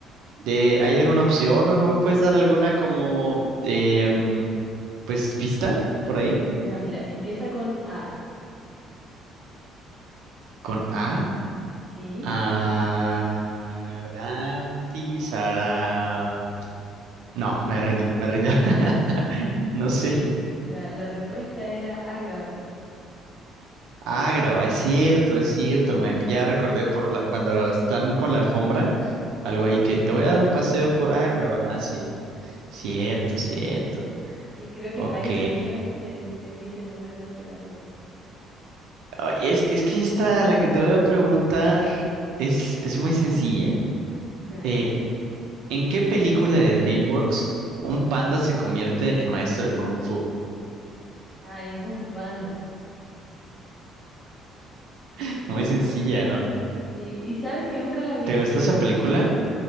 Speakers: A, on the right (about 80°); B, in the centre.
A: de, ¿hay alguna opción o no me puedes dar alguna como, eh, mm, pues, pista por ahí?
B: Ya, mira, empieza con A,
A: Con A.
B: ¿sí?
A: Arantis, ara- No, me rindo, me rindo. <laughs>
B: <laughs>
A: No sé.
B: Ya, la respuesta era Ágrava.
A: Ah, grabá, es cierto, es cierto.
B: Mm.
A: me- ya recordé por la, cuando están con la alfombra, algo
B: Sí,
A: ahí que te voy a dar un paseo por Ágrava. Ah, sí, cierto,
B: sí,
A: cierto.
B: sí, creo que
A: Ok.
B: en varias canciones él, él dice el nombre de la ciudad igual.
A: Ah, Es que, es que esta, la que te voy a preguntar, es, es muy sencilla.
B: Ya,
A: Eh,
B: ya.
A: ¿en qué película de DreamWorks un panda se convierte en maestro de Kung Fu?
B: Ah, y en Kung Fu Panda.
A: <laughs> Muy sencilla, ¿no?
B: Sí, y sabes que nunca la vi,
A: ¿Te
B: pero
A: gustó esa película?